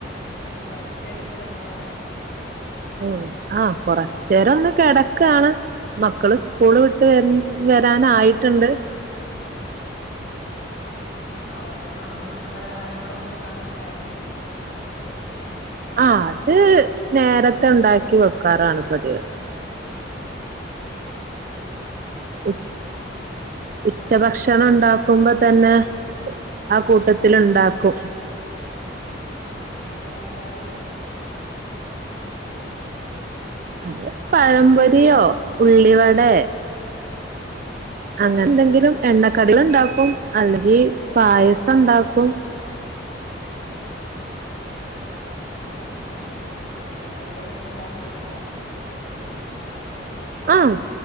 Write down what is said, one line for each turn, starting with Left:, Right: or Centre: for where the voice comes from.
Left: റസ്റ്റ് എടുക്കാണോ
Right: ഓഹ് ആഹ് കൊറച്ചേരൊന്ന് കിടക്കാണ് മക്കള് സ്കൂള് വിട്ട് വ വരാനായിട്ടുണ്ട്
Left: അവർക്ക് നാല്മണി പലഹാരങ്ങളൊന്നുണ്ടാക്കണ്ടേ
Right: ആഹ് അത് നേരത്തെ ഉണ്ടാക്കി വെക്കാറാണ് പതിവ് ഉം ഉച്ചഭക്ഷണം ണ്ടാക്കുമ്പോ തന്നെ ആഹ് കൂട്ടത്തില് ണ്ടാക്കും
Left: എന്താ ണ്ടാക്കാറ് <inaudible>
Right: അത് പഴമ്പൊരിയോ ഉള്ളിവടെ അങ്ങനെന്തെങ്കിലും എണ്ണക്കടികൾ ണ്ടാക്കും അല്ലെങ്കി പായസണ്ടാക്കും
Left: <unintelligible> എണ്ണക്കടികളെന്നെ ണ്ടാക്കല്
Right: ആഹ്